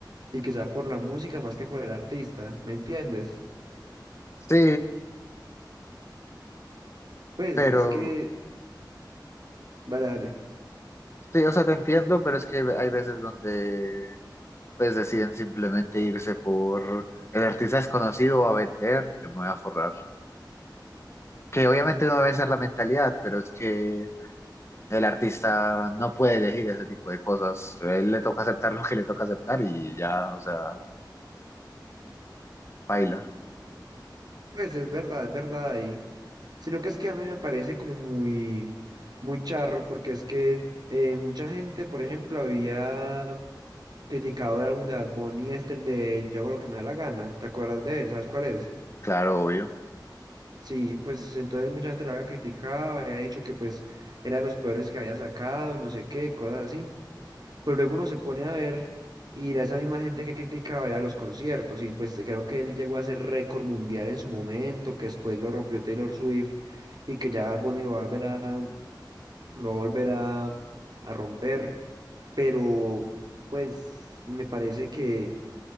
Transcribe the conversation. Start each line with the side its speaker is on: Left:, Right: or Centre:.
Right: y que sea por la música más que por el artista, ¿me entiendes?
Left: Sí,
Right: Pues
Left: pero
Right: es que, dale, dale,
Left: sí, o sea, te entiendo, pero es que hay veces donde pues deciden simplemente irse por el artista es conocido va a vender, yo me voy a forrar. Que obviamente no debe ser la mentalidad, pero es que el artista no puede elegir ese tipo de cosas. A él le toca aceptar lo que le toca aceptar y ya, o sea, baila,
Right: pues es verdad, es verdad ahí, sino que es que a mí me parece como muy, muy charro porque es que eh, mucha gente, por ejemplo, había criticado el álbum de Bad Bunny, este, el de Yo hago lo que me da la gana, ¿te acuerdas de él? ¿Sabes cuál es?
Left: claro, obvio.
Right: Sí, pues entonces mucha gente lo había criticado, había dicho que pues era de los peores que había sacado, no sé qué, cosas así. Pero luego uno se pone a ver y era esa misma gente que criticaba ya los conciertos y pues creo que él llegó a ser récord mundial en su momento, que después lo rompió Taylor Swift y que ya Bad Bunny lo va a volver a, lo va a, volver a, a romper. Pero pues me parece que